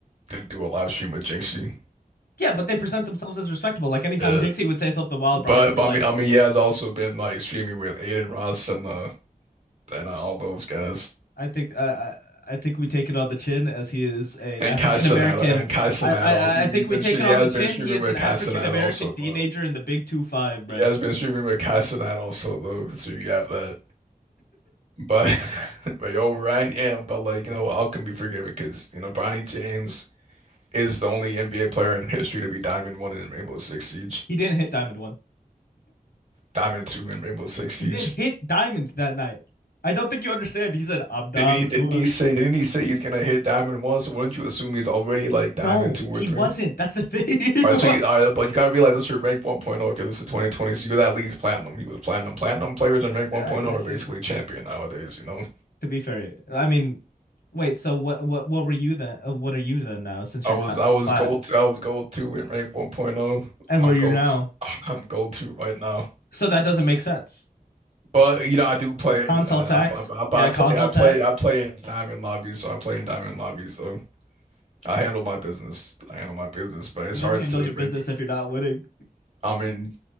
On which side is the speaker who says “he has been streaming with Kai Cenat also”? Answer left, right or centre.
Right